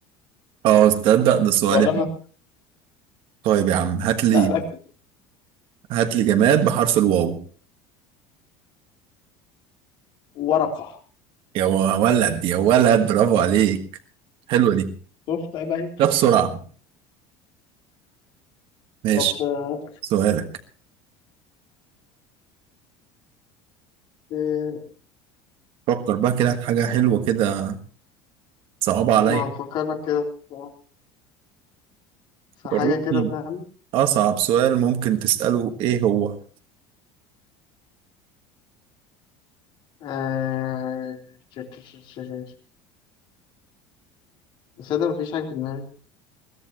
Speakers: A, on the right; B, on the left.
A: اه تصدق ده سؤالي
B: ولا انا
A: طيب يا عم هات لي
B: لا ركز
A: هات لي جماد بحرف الواو
B: ورقه
A: يا ولد يا ولد برافو عليك حلوة دي
B: شفت عيب عليك
A: ده بسرعة ماشي
B: طب آه،
A: سؤالك
B: إيه؟
A: فكر بقى كده في حاجة حلوة كده صعبة عليا
B: ما بفكرك كده في في حاجة
A: وريتني
B: كده فاهم
A: أصعب سؤال ممكن تسأله إيه هو
B: آه... ش- ش- ش- ش- ش- بس أنا مفيش حاجة في دماغي